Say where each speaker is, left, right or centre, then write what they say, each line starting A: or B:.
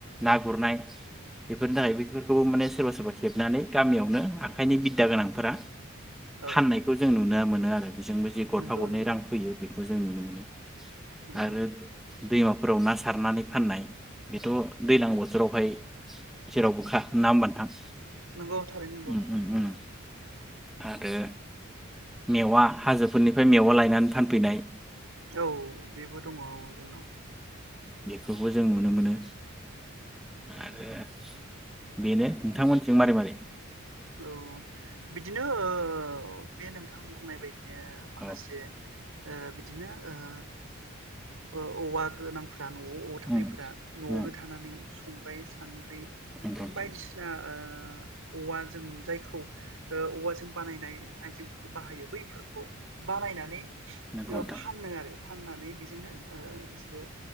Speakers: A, in the centre; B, on the right.
A: ना गुरनाय बेफोरनि थाखाय बेफोरखौबो माने सोरबा सोरबा खेबनानै गामियावनो आखाइनि बिद्दा गोनांफोरा
B: औ
A: फाननायखौ जों नुनो मोन मोनो आरो बिजोंबो जे गरफा
B: नंगौ
A: गरनै
B: नंगौ
A: रां फैयो बे जों नुनो मोनो
B: नंगौ
A: आरो दैमाफोराव ना सारनानै फाननाय बेथ' दैज्लां बोथोरावहाय जेरावबोखा ना होमबा नोंथां
B: नंगौ थारैनो नंगौ
A: उम उम उम आरो मेवा हाजोफोरनिफ्राय मेवा लायनानै फानफैनाय
B: औ बेबो दङ औ जोंनाव
A: बेफोरखौ जों नुनो मोनो आरो बेनो नोंथांमोनथिं मारै मारै?
B: औ बिदि नो ओ बे नोंथां बुंनाय बायदि नो माखासे
A: औ
B: ओ बिदिनो ओ ओ औवा गोनां फ्रा न'आव अवा थानायफोरा
A: उम
B: न'आवनो
A: उम
B: थानानै संग्राय सानद्रि ओ
A: नंगौ नोंथां
B: बायदिसिना ओ आ औवा जों जायखौ ओ औवाजों बानायनाय आइजेंफोरखौ बाहायो बैफोरखौ बानायनानै
A: नंगौ
B: ओ
A: नोंथां
B: फानो आरो फाननानै बेजोंनो ओ बिसोरो